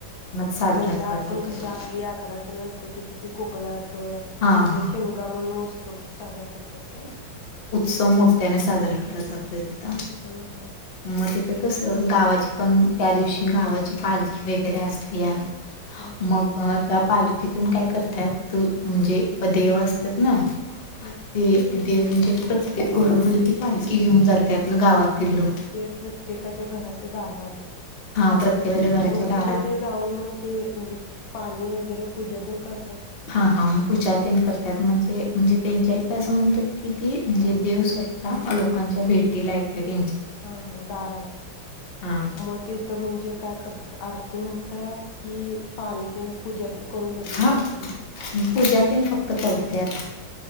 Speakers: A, on the left (about 30°); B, on the left (about 80°).
A: साजरा
B: म्हणजे
A: केला
B: आपण
A: जातोय.
B: कशी आपली यात्रा कना असते तशी ती कोकण <unintelligible> तर
A: हां, हां,
B: ते शिमगा म्हणूस तोक साजरा करत्यात काय?
A: सो मुक्याने साजरा केला जातोय.
B: हा हा
A: मग तिथं कस तर गावाची पण त्या दिवशी गावाची पालखी वगैरे असतीया
B: हा हा
A: मग बा त्या पाल तिथून काय करत्यात त म्हणजे प देव अस त्यातन
B: हं
A: ते देव म्हणजे प्रत्येक घरोघरी ती पालखी घेऊन जात्यात. गावातील
B: हुं
A: लोक.
B: जे प्रत्येकाच्या घराच्या दारात
A: हा प्रत्येकाच्या घराच्या
B: म
A: दारात
B: तिथे ते जाऊन म ते म्हणजे पाणी वगै घरी पूजा तेन कर
A: हा हाम् पूजा तेन करत्यात म्हणजे म्हणजे त्यांच्या इथं असं म्हणत्यात की ते म्हणजे देव स्वतः लोकांच्या भेटीला येत्याती
B: हा हा दारात
A: हा
B: म तिथ म्हणजे काय करतात आर ते म्हणतात की पाणी तेन पुजातेन कोण लगे
A: हा
B: जाट
A: पूजा तेन फक्त करत्यात.